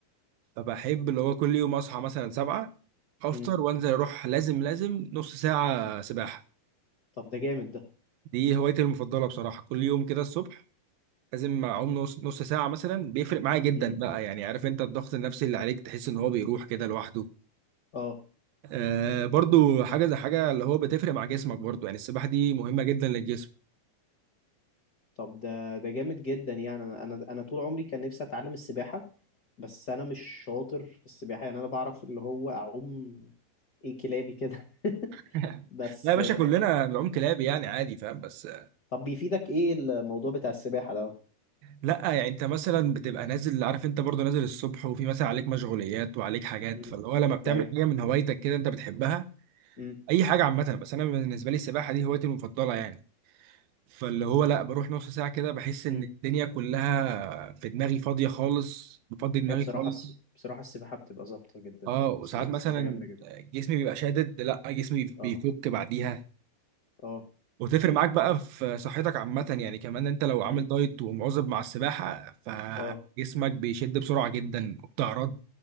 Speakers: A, on the right; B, on the left.
A: فبحب اللي هو كل يوم اصحى مثلا سبعة افطر
B: مم.
A: وانزل اروح لازم لازم نص ساعه سباحه
B: طب ده جامد ده
A: دي هوايتي المفضلة بصراحة كل يوم كده الصبح لازم أعوم نص نص ساعة مثلا بيفرق معايا جدا
B: مم.
A: بقى يعني عارف أنت الضغط النفسي اللي عليك تحس إن هو بيروح كده لوحده
B: اه
A: آه برضو حاجة زي حاجة اللي هو بتفرق مع جسمك برضو يعني السباحة دي مهمة جدا للجسم
B: طب ده ده جامد جدا يعني انا انا أنا طول عمري كان نفسي اتعلم السباحة بس انا مش شاطر في السباحة يعني انا بعرف اللي هو اعوم ايه كلابي كده <laughs>
A: <laughs>
B: بس
A: لا يا باشا كلنا بنعوم كلاب يعني عادي فاهم بس
B: طب بيفيدك ايه الموضوع بتاع السباحة ده
A: لا يعني أنت مثلا بتبقى نازل عارف أنت برضو نازل الصبح وفي مثلا عليك مشغوليات وعليك حاجات
B: مم.
A: فاللي هو لما بتعمل
B: لا ايوه
A: حاجة من هوايتك كده أنت بتحبها
B: مم.
A: أي حاجة عامة بس أنا بالنسبة لي السباحة دي هوايتي المفضلة يعني فاللي هو لا بروح نص ساعة كده بحس إن
B: مم.
A: الدنيا كلها في دماغي فاضية خالص بفضي دماغي
B: هي بصراحه
A: خالص
B: الس... بصراحه السباحه بتبقى ظابطه جدا
A: اه وساعات
B: الس- السباحه
A: مثلا
B: جامده جدا
A: جسمي بيبقى شادد لا جسمي بيفك
B: اه
A: بعديها
B: اه
A: وتفرق معاك بقى في صحتك عامة يعني كمان انت لو عامل
B: مم.
A: دايت ومواظب مع السباحة فجسمك
B: اه
A: بيشد بسرعة جدا وبتعرض